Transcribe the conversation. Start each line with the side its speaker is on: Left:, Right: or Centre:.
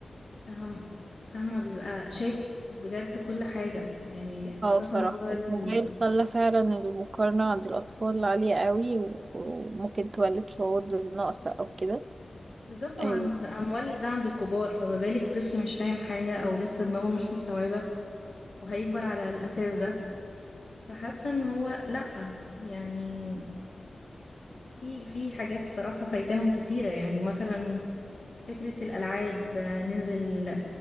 Left: أهم فاهمة بيبقى شايف بجد كل حاجة يعني
Right: اه
Left: خاصة
Right: بصراحة
Left: موضوع
Right: الموبايل
Left: ال...
Right: خلى فعلا المقارنة عند الأطفال عالية قوي و- وممكن تولد شعور بالنقص أو كده
Left: بالظبط هو
Right: اه
Left: عند... بقى مولد ده عند الكبار فما بالك طفل مش فاهم حاجة أو لسه دماغه مش مستوعبة وهيكبر على الأساس ده فحاسة إن هو لأ يعني في في حاجات الصراحة فايتاهم كتيرة يعني مثلا فكرة الألعاب آه، ننزل